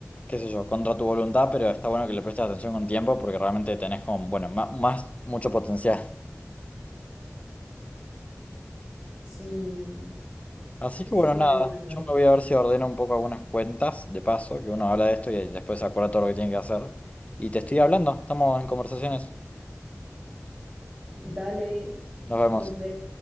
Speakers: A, on the left; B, on the right.
A: qué sé yo, contra tu voluntad, pero está bueno que le prestes atención con tiempo porque realmente tenés como, bueno, más, más mucho potencial.
B: Sí,
A: Así que
B: sí
A: bueno, nada,
B: es verdad.
A: yo me voy a ver si ordeno un poco algunas cuentas, de paso, que uno habla de esto y después se acuerda todo lo que tiene que hacer. Y te estoy hablando, estamos en conversaciones.
B: Dale,
A: Nos vemos.
B: nos vemos.